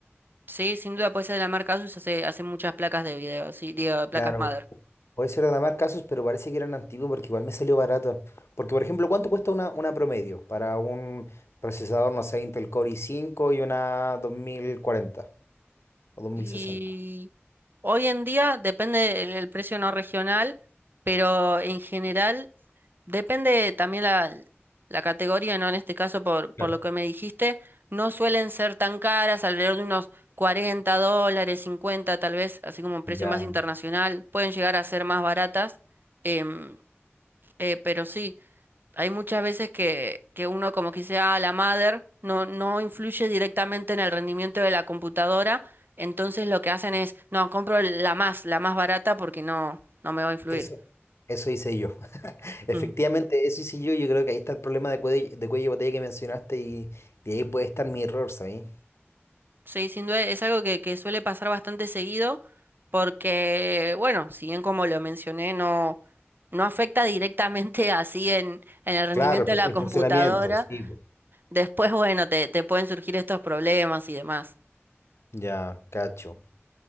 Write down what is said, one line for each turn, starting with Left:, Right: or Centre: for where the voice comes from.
Right: Sí, sin duda, puede ser de la marca ASUS hace, hace muchas placas de video, sí, digo, placas
Left: Claro.
Right: mother.
Left: Puede ser de la marca Asus, pero parece que eran antiguos porque igual me salió barato. Porque, por ejemplo, ¿cuánto cuesta una, una promedio para un procesador, no sé, Intel Core i5 y una 2040 o 2060?
Right: Y hoy en día depende el, el precio no regional, pero en general depende también la, la categoría, ¿no? En este caso, por, por
Left: Claro.
Right: lo que me dijiste, no suelen ser tan caras, alrededor de unos 40 dólares, 50 tal vez, así como un precio
Left: Ya,
Right: más internacional, pueden llegar a ser más baratas, em, eh, pero sí hay muchas veces que, que uno como que sea la madre, no, no influye directamente en el rendimiento de la computadora, entonces lo que hacen es, no, compro la más, la más barata porque no, no me va a influir.
Left: eso, eso hice yo. Efectivamente,
Right: Ujú.
Left: eso sí, yo, yo creo que ahí está el problema de cuello, de cuello de botella que mencionaste y, y ahí puede estar mi error, ¿sabes?
Right: Sí, sin duda es algo que, que suele pasar bastante seguido porque, bueno, si bien como lo mencioné, no, no afecta directamente <laughs> así en, en el rendimiento
Left: Claro, fu-
Right: de la
Left: el
Right: computadora,
Left: funcionamiento, sí. po.
Right: después, bueno, te, te pueden surgir estos problemas y demás.
Left: Ya, cacho.